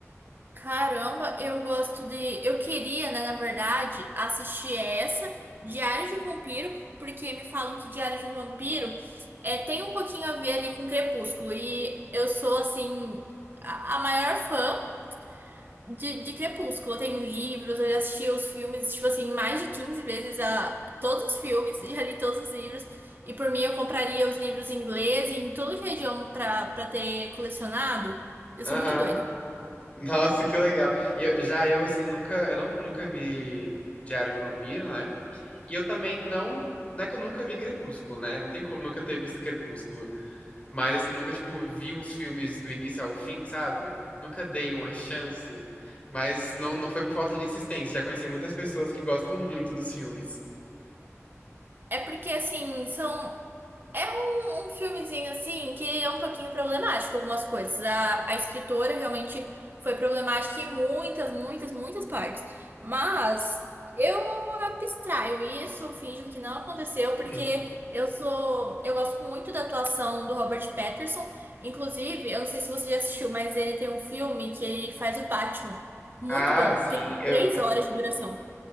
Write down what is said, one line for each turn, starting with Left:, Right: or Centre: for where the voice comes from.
Right: Caramba, eu gosto de. Eu queria, né, na verdade, assistir essa, Diário de um Vampiro, porque me falam que Diário de um Vampiro é, tem um pouquinho a ver ali com Crepúsculo. E eu sou, assim, a a maior fã. De, de Crepúsculo, eu tenho livros, eu já assisti os filmes, tipo assim, mais de 15 vezes a todos os filmes, já li todos os livros. E por mim eu compraria os livros em inglês, em todo que é idioma pra, pra ter colecionado. Eu
Left: Aham.
Right: sou muito doida.
Left: Nossa, que legal. Eu, já eu, assim, nunca, eu não, nunca vi Diário de um Vampiro, né? E eu também não, não é que eu nunca vi Crepúsculo, né? Não tem como nunca ter visto Crepúsculo. Mas, assim, nunca, tipo, vi uns filmes do início ao fim, sabe? Nunca dei uma chance. Mas não, não foi por falta de insistência. Já conheci muitas pessoas que gostam <laughs> muito dos filmes.
Right: É porque, assim, são. É um, um filmezinho assim que é um pouquinho problemático algumas coisas. A, a escritora realmente foi problemática em muitas, muitas, muitas partes. Mas eu abstraio isso, finjo que não aconteceu, porque
Left: Hum.
Right: eu sou, eu gosto muito da atuação do Robert Pattinson. Inclusive, eu não sei se você já assistiu, mas ele tem um filme que ele faz o Batman. Muito
Left: Ah,
Right: bom.
Left: sim.
Right: Tem
Left: Eu,
Right: três horas de duração.